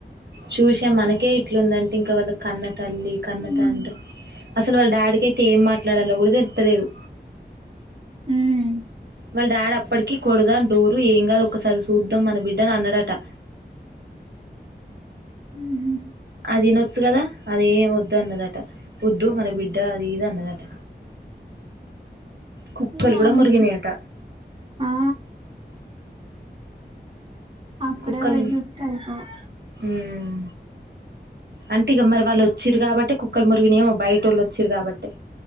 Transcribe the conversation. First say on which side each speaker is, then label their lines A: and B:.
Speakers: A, on the right; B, on the right.
A: చూసే మనకే ఇట్లుందంటే ఇంకా వాళ్ళ కన్న తల్లి కన్న
B: ఉమ్
A: తండ్రి అసలు వాళ్ళ డాడ్ కి అయితే ఏం మాట్లాడాలో కూడా తెలత్తలేదు
B: ఉమ్
A: వాళ్ళ డాడ్ అప్పటికి కొడదాం డోరు ఏం కాదు ఒకసారి చూద్దాం మన బిడ్డని అన్నడట ఆ
B: ఉహు
A: అది ఇనొచ్చు కదా అది ఏమి వద్దు అన్నదట వద్దు మన బిడ్డ అది ఇది అన్నదట కుక్కలు
B: ఇగ
A: కూడా
B: ఆమెకి
A: మోరిగినయట
B: ఆ అప్పుడే
A: కుక్కల్
B: పోయి చూత్తే అయిపోవు
A: ఉమ్ అంటే ఇక మరి వాళ్ళు వచ్చిరు కాబట్టి కుక్కల మురిగుని ఏమో బయట వాళ్ళు వచ్చిరు కాబట్టి